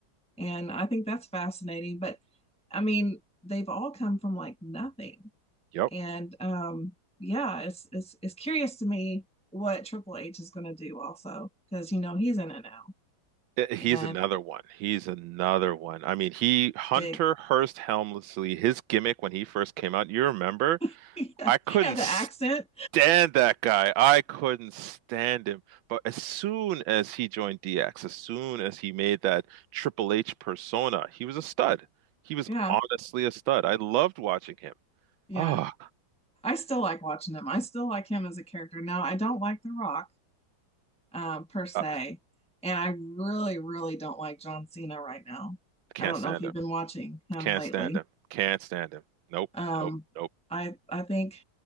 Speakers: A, in the centre; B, on the right.
A: and I think that's fascinating. But I mean, they've all come from like nothing
B: Yep.
A: and um, yeah, it's it's it's curious to me what Triple H is going to do also because you know he's in it now
B: Eh, He's
A: and
B: another one. He's another one. I mean, he, Hunter
A: big
B: Hearst Helmsley, his gimmick when he first came out, you remember?
A: <laughs> and
B: I couldn't
A: the accent.
B: stand that guy. I couldn't stand him. But as soon as he joined DX, as soon as he made that Triple H persona, he was a stud. He was
A: Yeah,
B: honestly a stud. I loved watching him.
A: yeah.
B: Oh,
A: I still like watching him. I still like him as a character. Now I don't like The Rock um, per se,
B: I
A: and I really really don't like John Cena right now.
B: can't
A: I don't
B: stand
A: know if you've
B: him.
A: been watching him
B: Can't
A: lately.
B: stand him. Can't stand him. Nope.
A: Um,
B: Nope. Nope.
A: I I think